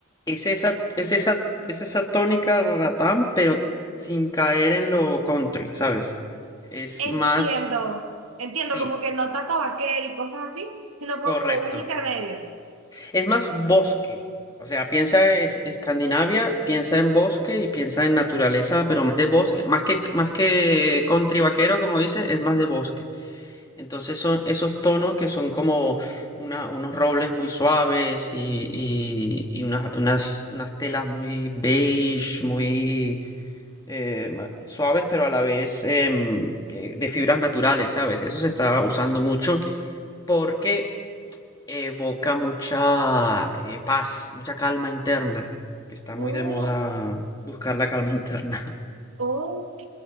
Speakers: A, on the left; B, on the right.
A: es esa, es esa, es esa tónica ratán, pero sin caer en lo country, ¿sabes? Es
B: Entiendo,
A: más...
B: entiendo,
A: Sí,
B: como que no tanto vaquero y cosas así, sino
A: correcto.
B: como un intermedio.
A: Es más bosque. O sea, piensa en Escandinavia, piensa en bosque y piensa en naturaleza, pero más de bosque, más que, más que country vaquero, como dices, es más de bosque. Entonces son esos tonos que son como una- unos robles muy suaves y, y- y unas, unas, unas telas muy beige, muy eh, ma- suaves, pero a la vez em, eh, de fibras naturales, ¿sabes? Eso se está usando mucho porque evoca mucha eh, paz, mucha calma interna, que está muy
B: Oh,
A: de moda buscar la calma interna. <laughs>
B: ok,